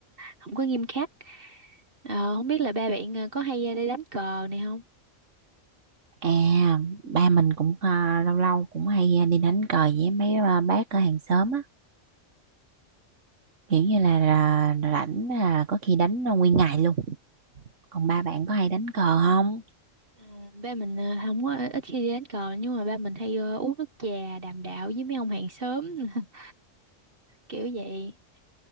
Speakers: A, on the right (about 45°); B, on the right (about 70°).
A: không có nghiêm khắc Ờ, không biết là ba bạn ờ, có hay ờ, đi đánh cờ này không
B: à ba mình cũng ờ, lâu lâu cũng hay ờ, đi đánh cờ với mấy ờ, bác ở hàng xóm á kiểu như là, là rảnh là có khi đánh là nguyên ngày luôn còn ba bạn có hay đánh cờ không
A: Ờ, ba mình ờ, không có ít khi đi đánh cờ nhưng mà ba mình hay ờ, uống nước trà đàm đạo với mấy ông hàng xóm <laughs> kiểu vậy